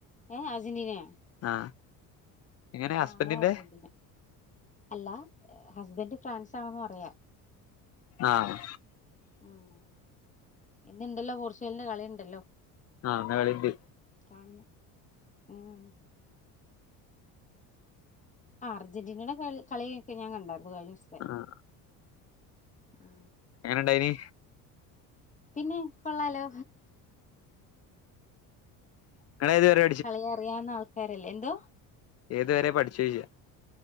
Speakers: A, on the left; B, on the left.
A: ഏ അർന്റീനയാ
B: ആ എങ്ങനെ ഹസ്ബന്റിന്റെ
A: ആങ്ങള അർജന്റീന അല്ല ഹസ്ബൻഡ് ഫ്രാൻസ് ആണെന്ന് പറയാ
B: ആഹ്
A: ഉം ഇന്നുണ്ടല്ലോ പോർച്ചുഗലിന്റെ കളിണ്ടല്ലോ.
B: ആ <unintelligible>
A: കാണണം ഉം. ആ അർജന്റീനെടെ കളി കളിക്കെ ഞാൻ കണ്ടാരുന്നു കഴിഞ്ഞ ദിവസത്തെ.
B: ആഹ്
A: ആ
B: എങ്ങനെണ്ടായിനി?
A: പിന്നെ കൊള്ളാലോ.
B: ഇങ്ങള് ഏത് വരെ
A: കളി അറിയാവുന്ന ആൾക്കാരല്ലേ എന്തോ?
B: ഏതുവരെ പഠിച്ചു ജ്